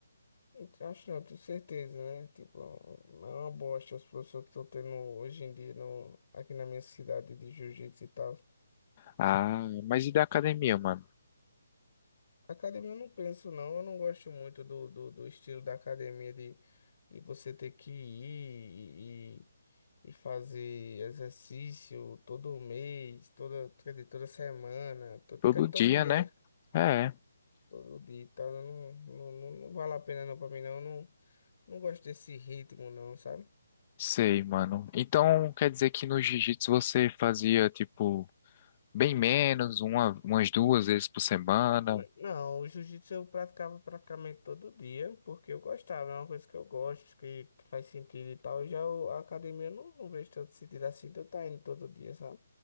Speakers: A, on the left (about 55°); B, on the left (about 30°).
A: Então, Acho não, tenho certeza, né? Tipo, é um, é uma bosta os professores que estão tendo hoje em dia no, aqui na minha cidade de jiu-jitsu e tal.
B: Ah, mas e da academia, mano?
A: Academia eu não penso, não. Eu não gosto muito do, do, do estilo da academia de, de você ter que ir e, e fazer exercício todo mês, toda, quer dizer, toda semana, todo,
B: Todo
A: quer dizer,
B: dia,
A: todo dia,
B: né?
A: né?
B: É,
A: Todo dia e tal. Eu Não, não, não, não vale a pena não pra mim, não. Eu não, não gosto desse ritmo, não, sabe?
B: sei, mano. Então, quer dizer que no jiu-jitsu você fazia, tipo, bem menos, uma, umas duas vezes por semana,
A: N- Não, o jiu-jitsu eu praticava praticamente todo dia, porque eu gostava, é uma coisa que eu gosto, que faz sentido e tal. Já o- a academia eu não, não vejo tanto sentido assim de eu estar indo todo dia, sabe?